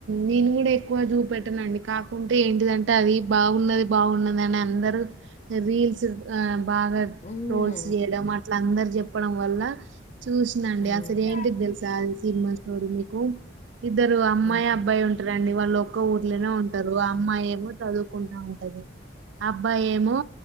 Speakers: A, on the right (about 70°); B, on the left (about 35°).
A: నేను కూడా ఎక్కువ చూపెట్టనండి కాకుంటే ఏంటిదంటే అది బాగున్నది బాగున్నది అని అందరూ రీల్స్ ఆ బాగా
B: మ్మ్
A: ట్రోల్స్ చేయడం అట్ల అందరు చె ప్పడం వల్ల చూసినండి
B: హ్మ్
A: అసలు ఏంటికి తెలుసా సినిమ స్టోరి మీకు ఇద్దరు అమ్మాయి
B: హ్మ్
A: అబ్బాయి ఉంటారండి వాళ్ళు ఒక్క ఊర్లోనే ఉంటారు అమ్మాయి ఏమో చదువుకుంటా ఉంటది అబ్బాయి ఏమో